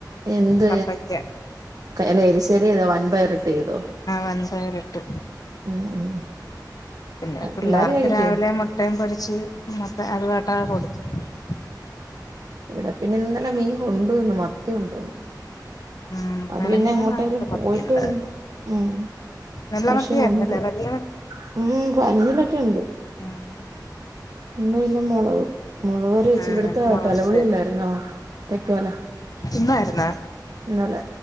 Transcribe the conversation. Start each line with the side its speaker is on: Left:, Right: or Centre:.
Right: എന്ത്
Left: കപ്പയ്ക്ക
Right: അല്ല എരിശേരി ഏത വൻ പയറിട്ട് ചെയ്തോ?
Left: വൻപയർ ഇട്ട്
Right: ഉം ഉം
Left: പിന്നെ പിള്ളേർക്ക്
Right: പിള്ളേര് കഴിക്കോ
Left: രാവിലെ മൊട്ടയും പൊരിച്ച് മസ അത് കേട്ടാ <unintelligible>
Right: ഇവിടെ പിന്നെ ഇന്നലെ മീൻ കൊണ്ടുവന്നു. മത്തി കൊണ്ടുവന്നു.
Left: ഉം
Right: അത്
Left: മെനഞ്ഞാന്നാണെന്റെ
Right: പിന്നെ എങ്ങോട്ടായാലും പോയിട്ട്
Left: മത്തി ഉണ്ടായിരുന്നു
Right: വരുമ്പോ ഉം.
Left: നല്ല
Right: കഷി
Left: മത്തിയായിരുന്നല്ലേ
Right: കൊണ്ട്
Left: വലിയ
Right: ഉം പനിലൊക്കെ ഉണ്ട്.
Left: ആഹ്
Right: ഇന്ന് പിന്നെ മൊളക് കറി വെച്ച്
Left: ആഹ്
Right: ഇവിടത്തെ
Left: മുളക്
Right: പെലകുളി
Left: കറി
Right: ഇല്ലാരുന്നോ? തെക്കേല
Left: ഇന്നായിരുന്ന
Right: ഇന്നലെ